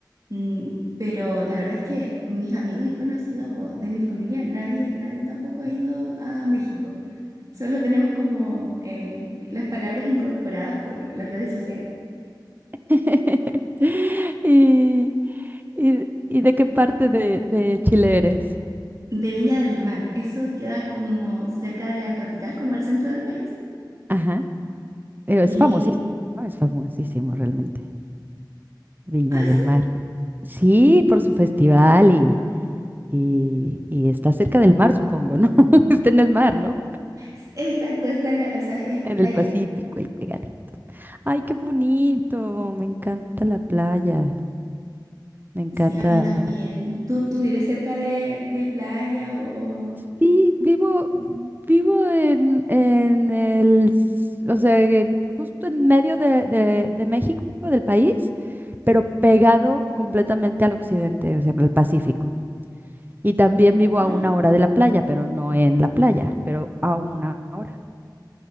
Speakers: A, on the right; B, on the right.
A: Mm, pero la verdad es que mis amigos y conocidos o de mi familia, nadie, nadie tampoco ha ido a México. Solo tenemos como eh, las palabras incorporadas por las redes sociales.
B: <laughs> Y, y, y de qué parte de, de Chile eres?
A: De Viña del Mar, eso queda como cerca de la capital, como al centro del país.
B: Ajá. Eh, Es
A: Y
B: famosísimo, ¿no? es famosísimo realmente. Viña
A: Ah,
B: del
A: sí,
B: Mar. Sí, por su festival y, y, y está cerca del mar, supongo, ¿no? <laughs> Está en el mar, ¿no?
A: s- exacto, está en la, o sea, es playa.
B: En el Pacífico, ahí pegadito. Ay, qué bonito. Me encanta la playa. Me encanta.
A: Sí, a mí también. ¿Tú, tú vives cerca de, de playa o, o-
B: Sí, vivo, vivo en, en el, s- o sea, en- justo en medio de, de- de México, del país, pero pegado completamente al occidente, o sea, al Pacífico. Y también vivo
A: Ah,
B: a una hora de la playa, pero no en la playa, pero a una hora.